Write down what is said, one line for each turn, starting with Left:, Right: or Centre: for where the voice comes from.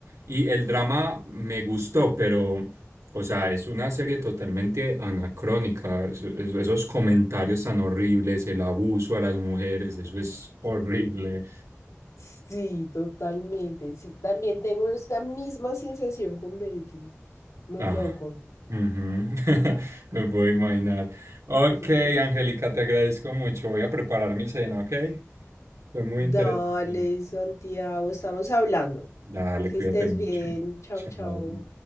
Right: y el drama me gustó, pero, o sea, es una serie totalmente anacrónica. es- es- esos comentarios tan horribles, el abuso a las mujeres, eso es horrible.
Left: Sí, totalmente. Sí, también tengo esa misma sensación con Beatles. Muy
Right: Ah,
Left: loco.
Right: ujú. <laughs> Me puedo imaginar. Ok,
Left: <laughs>
Right: Angélica, te agradezco mucho. Voy a preparar mi cena, ¿ok? Fue muy interesante.
Left: Dale, Santiago, estamos hablando.
Right: Dale,
Left: Que
Right: cuídate
Left: estés
Right: mucho.
Left: bien. Chao,
Right: Chao.
Left: chao.